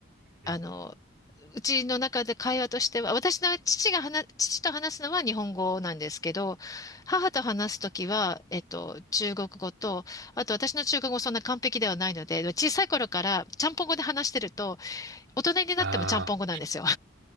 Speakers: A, on the right; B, on the left.
A: ね。
B: あの、うちの中で会話としては、私の父が話、父と話すのは日本語なんですけど、母と話すときは、えっと、中国語と、あと私の中国語そんな完璧ではないので、小さい頃からちゃんぽん語で話してると、大人になってもちゃんぽん語なんですよ。
A: ああ